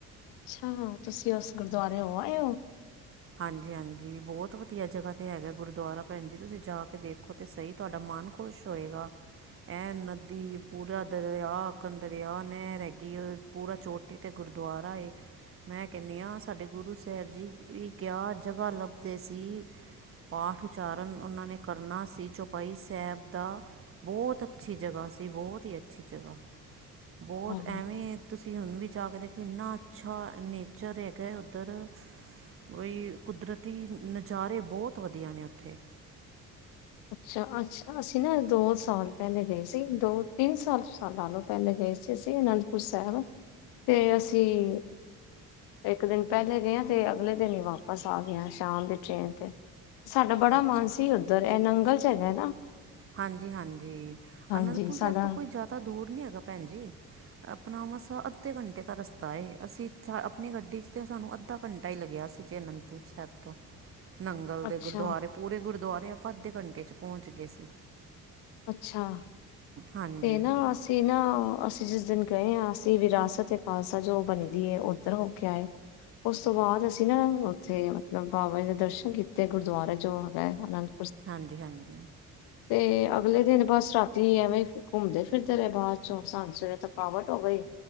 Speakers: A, on the left; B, on the right.
A: ਅੱਛਾ ਤੁਸੀਂ ਉਸ ਗੁਰਦੁਆਰੇ ਹੋ ਆਏ ਹੋ
B: ਹਾਂਜੀ ਹਾਂਜੀ ਬਹੁਤ ਵਧੀਆ ਜਗ੍ਹਾ ਤੇ ਹੈਗਾ ਗੁਰਦੁਆਰਾ ਭੈਣ ਜੀ ਤੁਸੀਂ ਜਾ ਕੇ ਦੇਖੋ ਤੇ ਸਹੀ ਤੁਹਾਡਾ ਮਨ ਖੁਸ਼ ਹੋਏਗਾ ਇਹ ਨਦੀ ਪੂਰਾ ਦਰਿਆ ਕੰ ਦਰਿਆ ਨੇ ਰਹਿਗੀ ਪੂਰਾ ਚੋਟੀ ਤੇ ਗ ਗੁਰਦੁਆਾਰਰਾ ਏ ਮੈਂ ਕਹਿੰਦੀ ਹਾਂ ਸਾਡੇ ਗੁਰੂ ਸਾਹਿਬ ਜੀ ਵੀ ਕਿਆ ਜਗ੍ਹਾ ਲੱਭਦੇ ਸੀ ਪਾਠ ਉਚਾਰਨ ਉਹਨਾਂ ਨੇ ਕਰਨਾ ਸੀ ਚੌਪਾਈ ਸਾਹਿਬ ਦਾ ਬਹੁਤ ਅੱਛੀ ਜਗ੍ਹਾ ਸੀ ਬਹੁਤ ਹੀ ਅੱਛੀ ਜਗ੍ਹਾ ਬਹੁਤ
A: ਆਹੋ।
B: ਐਵੇਂ ਤੁਸੀਂ ਹੁਣ ਵੀ ਜਾ ਕੇ ਦੇਖੋ ਇਨਾ ਅੱਛਾ ਨੇਚਰ ਹੈਗਾ ਉੱਧਰ ਬਈ ਕੁਦਰਤੀ ਨਜ਼ਾਰੇ ਬਹੁਤ ਵਧੀਆ ਨੇ ਉੱਥੇ
A: ਅੱਛਾ ਅੱਛਾ ਅਸੀਂ ਨਾ ਦੋ ਸਾਲ ਪਹਿਲੇ ਗਏ ਸੀ ਦੋ ਤਿੰਨ ਸਾਲ ਸਾਲਾਂ ਲਓ ਪਹਿਲੇ ਗਏ ਗਏ ਸੀ ਅਸੀਂ ਅਨੰਦਪੁਰ ਸਾਹਿਬ ਤੇ ਅਸੀਂ ਇੱਕ ਦਿਨ ਪਹਿਲੇ ਗਏ ਤੇ ਅਗਲੇ ਦਿਨ ਹੀ ਵਾਪਸ ਆ ਗਿਆ ਸ਼ਾਮ ਦੀ ਟ੍ਰੇਨ ਤੇ ਸਾਡਾ ਬੜਾ
B: ਅੱਛਾ
A: ਮਨ ਸੀ ਉੱਧਰ ਇਹ ਨੰਗਲ ਚ ਰਿਹਾ ਨਾ
B: ਹਾਂਜੀ ਹਾਂਜੀ
A: ਹਾਂਜੀ
B: ਅਨੰਦਪੁਰ
A: ਸਾਡਾ
B: ਸਾਹਿਬ ਤੋਂ ਕੋਈ ਜ਼ਿਆਦਾ ਦੂਰ ਨੀ ਹੈਗਾ ਭੈਣ ਜੀ ਆਪਣਾ ਮਸ ਅੱਧੇ ਘੰਟੇ ਦਾ ਰਸਤਾ ਏ ਅਸੀਂ ਆਪਣੀ ਗੱਡੀ 'ਚ ਤਾਂ ਸਾਨੂੰ ਅੱਧਾ ਘੰਟਾ ਹੀ ਲੱਗਿਆ ਸੀ ੀਚ ਅਨੰਦਪੁਰ ਸਾਹਿਬ ਤੋਂ ਨੰਗਲ
A: ਅੱਛਾ
B: ਦੇ ਗੁਰਦੁਆਰੇ ਪੂਰੇ ਗੁਰਦੁਆਰੇ ਆਪਾਂ ਅੱਧੇ ਘੰਟੇ 'ਚ ਪਹੁੰਚ ਗਏ ਸੀ
A: ਅੱਛਾ
B: ਹਾਂਜੀ
A: ਤੇ ਨਾ ਅਸੀਂ ਨਾ ਅ ਸੀਂ ਜਿਸ ਦਿਨ ਗਏ ਹਾਂ ਅਸੀਂ ਵਿਰਾਸਤ ਏ ਖਾਲਸਾ ਜੋ ਬਣੀਦੀ ਹੈ ਉੱਧਰ ਹੋ ਕੇ ਆਏ ਉਸ ਤੋਂ ਬਾਅਦ ਅਸੀਂ ਨਾ ਉੱਥੇ ਮਤਲਬ ਬਾਬਾ ਜੀ ਦੇ ਦਰਸ਼ਨ ਕੀਤੇ ਗੁਰਦੁਆਰੇ ਜੋ ਹੈਗਾ ਆਨੰਦ
B: ਹਾਂਜੀ ਹਾਂਜੀ
A: ਤੇ ਅਗਲੇ ਦਿਨ ਬਸ ਰਾਤੀ ਹੀ ਐਵੇਂ ਘੁੰਮਦੇ ਫਿਰਦੇ ਰਹੇ ਬਾਅਦ ਚੋਂ ਸਾਨੂੰ ਸਵੇਰੇ ਥਕਾਵਟ ਹੋ ਗਈ